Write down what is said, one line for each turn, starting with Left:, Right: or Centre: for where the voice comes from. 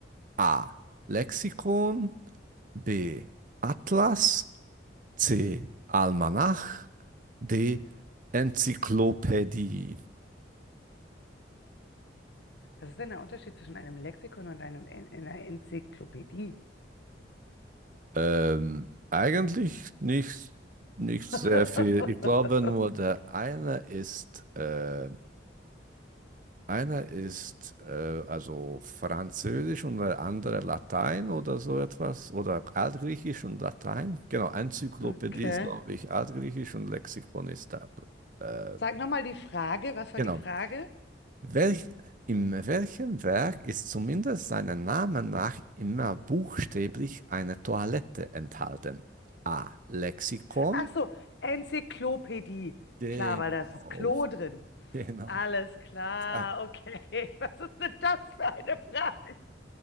Right: A. Lexikon. B. Atlas. C. Almanach. D. Enzyklopädie.
Left: ist denn der Unterschied zwischen einem Lexikon und einem, en- einer Enzyklopädie?
Right: Ähm, eigentlich nicht, nicht
Left: <laughs>
Right: sehr viel. Ich glaube nur, der eine ist äh, Einer ist äh, also Französisch und der andere Latein oder so etwas oder Altgriechisch und Latein. Genau, Enzyklopädie
Left: Okay.
Right: ist, glaube ich, Altgriechisch und Lexikon ist da. Äh,
Left: Sag nochmal die Frage. Was war
Right: genau.
Left: die Frage?
Right: Welch, in welchem Werk ist zumindest seinem Namen nach immer buchstäblich eine Toilette enthalten? A. Lexikon.
Left: Ach so, Enzyklopädie.
Right: Genau,
Left: Klar, weil da ist das Klo drin.
Right: <laughs> genau.
Left: Alles klar,
Right: Da,
Left: okay. <laughs> Was ist denn das für eine Frage?